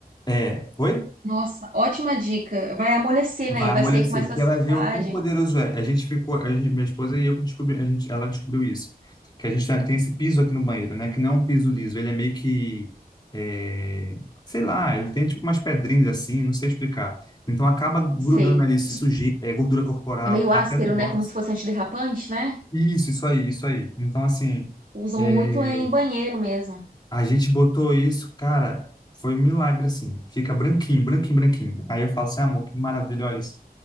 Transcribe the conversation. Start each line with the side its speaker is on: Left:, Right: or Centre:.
Left: É, oi?
Right: Nossa, ótima dica. Vai amolecer,
Left: Vai
Right: né? E vai
Left: amolecer.
Right: sair com mais
Left: Você
Right: facilidade.
Left: vai ver o quão poderoso é. A gente ficou, a gente- minha esposa e eu que descobri, a gente, ela descobriu isso. Que a gente tá- tem esse piso aqui no banheiro, né? Que não é um piso liso, ele é meio que, é, sei lá, ele tem tipo umas pedrinhas assim, não sei explicar. Então acaba grudando
Right: Sei.
Left: ali sujeira, é, gordura corporal,
Right: É meio áspero,
Left: até do box.
Right: né? Como se fosse antiderrapante, né?
Left: Isso, isso aí, isso aí. Então assim,
Right: Usam
Left: é,
Right: muito em banheiro mesmo.
Left: A gente botou isso, cara, foi um milagre assim. Fica branquinho, branquinho, branquinho. Aí eu falo assim, amor, que maravilha, olha isso.